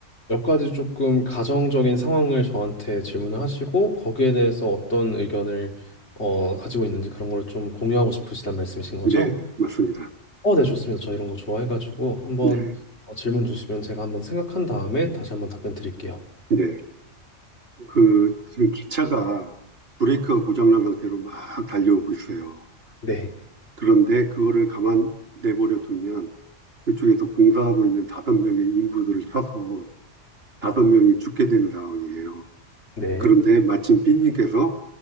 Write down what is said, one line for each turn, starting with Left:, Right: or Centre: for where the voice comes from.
Left: 몇 가지 조금 가정적인 상황을 저한테 질문을 하시고 거기에 대해서 어떤 의견을 어, 가지고 있는지 그런 걸 좀 공유하고 싶으시단 말씀이신 거죠?
Right: 네, 맞습니다.
Left: 어, 네, 좋습니다. 저 이런 거 좋아해가지고 한번
Right: 네,
Left: 어, 질문 주시면 제가 한번 생각한 다음에 다시 한번 답변 드릴게요.
Right: 네. 그 지금 기차가 브레이크가 고장난 상태로 막 달려오고 있어요.
Left: 네,
Right: 그런데 그거를 가만 내버려 두면 그쪽에서 공사하고 있는 다섯 명의 인부들을 쳐서 다섯 명이 죽게 되는 상황이에요.
Left: 네,
Right: 그런데 마침 삐님께서